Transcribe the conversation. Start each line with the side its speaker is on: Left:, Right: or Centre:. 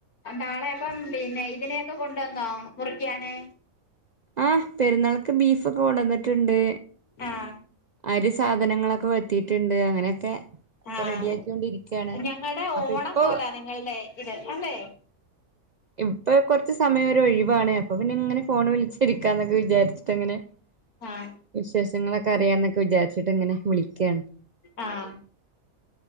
Left: നാളെ അപ്പം പിന്നെ ഇതിനെയൊക്കെ കൊണ്ടുവന്നോ മുറിക്കാന്?
Right: ആഹ് പെരുന്നാൾക്ക് ബീഫൊക്കെ കൊണ്ടന്നിട്ട്ണ്ട്.
Left: ആഹ്
Right: അരി സാധനങ്ങളൊക്കെ വരുത്തിയിട്ടുണ്ട്. അങ്ങനെയൊക്കെ
Left: ആഹ്,
Right: റെഡിയാക്കിക്കൊണ്ടിരിക്കയാണ്
Left: ഞങ്ങൾടെ
Right: അപ്പൊ
Left: ഓണം
Right: ഇപ്പൊ
Left: പോലാ നിങ്ങൾടെ ഇത് അല്ലേ?
Right: ഇപ്പെ കൊറച്ച് സമയം ഒരു ഒഴിവാണ് അപ്പൊ പിന്നെ ഇങ്ങനെ ഫോണ് വിളിച്ചിരിക്കാന്നൊക്കെ വിചാരിട്ടിങ്ങനെ <inaudible>
Left: ആഹ്
Right: വിശേഷങ്ങളൊക്കെ അറിയാന്നൊക്കെ വിചാരിച്ചിട്ടിങ്ങനെ വിളിക്കാണ്.
Left: ആഹ്